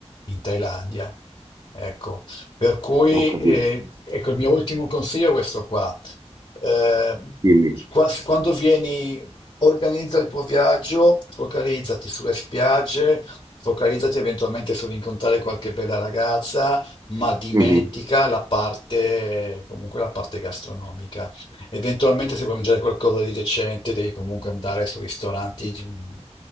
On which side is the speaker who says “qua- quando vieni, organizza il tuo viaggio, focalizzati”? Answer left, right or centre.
Left